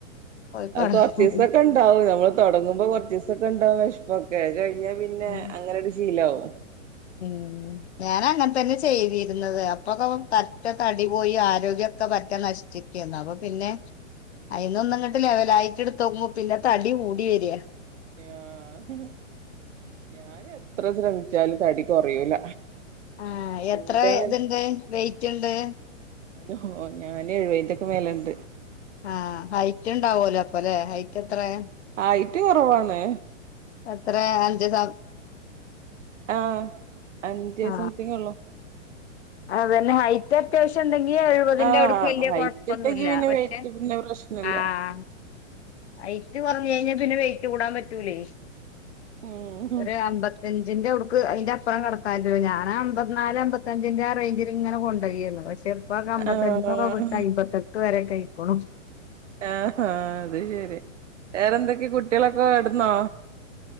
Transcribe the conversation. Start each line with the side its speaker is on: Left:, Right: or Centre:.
Left: പോയി
Right: അത്
Left: കടക്കും.
Right: കൊറച്ചീസൊക്കെ ഉണ്ടാവും നമ്മള് തൊടങ്ങുമ്പോ കൊറച്ചീസൊക്കെണ്ടാവും വെഷ്പൊക്കെ അയ് കഴിഞ്ഞ പിന്നെ
Left: ഉം
Right: അങ്ങനാണ്ട് ശീലാവും.
Left: ഉം. ഞാനങ്ങൻതന്നെ ചെയ്തീര്ന്നത് അപ്പൊക്കൊ പറ്റെ തടി പോയി ആരോഗ്യൊക്കെ പറ്റ ന ചിക്കേന്നു അപ്പ പിന്നെ അയിന്നൊന്ന് ഇങ്ങട്ട് ലെവലായിട്ട് ഇടുത്തോക്കുമ്പോ പിന്നെ തടികൂടി വര.
Right: ആഹ് ഞാന് എത്ര ശ്രമിച്ചാലും തടി കൊറയൂല.
Left: ആഹ്
Right: കൂടാന്നൽ
Left: എത്ര ഇത്ണ്ട് വെയിറ്റ്ണ്ട്.
Right: ഓഹ് ഞന് എഴുവയിന്റെക്കെ മേലണ്ട്.
Left: ആഹ് ഹൈറ്റ് ഇണ്ടാവോലോ അപ്പലേ ഹൈറ്റത്രേ?
Right: അയിറ്റ് കൊറവാണ്.
Left: എത്രേ അഞ്ച് സ-
Right: ആഹ് അഞ്ച്
Left: ആ
Right: സംത്തിങ്യോള്ളു
Left: അതന്നെ വായി. അത്യാവശ്യം ഇണ്ടെങ്കി എഴുപതിന്റെ
Right: ആഹ്
Left: അവിടുക്ക് വല്യേ
Right: ഹൈറ്റ്
Left: കൊഴപ്പൊന്നുല്ല
Right: ഉണ്ടെങ്കി പിന്നെ
Left: പക്ഷെ
Right: വെയിറ്റ് പിന്നെ പ്രശ്നല്ല
Left: ആഹ്. ഹൈറ്റ് കൊറഞ് കഴിഞ്ഞാ പിന്നെ വെയറ്റ് കൂടാം പറ്റൂലേ
Right: ഉം
Left: ഒരു അമ്പത്തി അഞ്ചിന്റെ അവ്ടുക്ക് അയിന്റെ അപ്പറം കടക്കാൻ പറ്റൂല്ല ഞനമ്പത് നാല് അമ്പത്തഞ്ചിന്റെ ആഹ് റേഞ്ചില്ങ്ങനെ കൊണ്ടയരുന്നു പക്ഷേ. ഇപ്പക അമ്പത്തഞ്ചിന്റൊക്കെ
Right: ആഹ്
Left: വിട്ട അമ്പത്തെട്ട് വരെ കഴിക്കോണ
Right: ഏഹ് ആഹ് അത് ശരി വേറെന്തൊക്കെ കുട്ടേളൊക്കെ കെടന്നോ?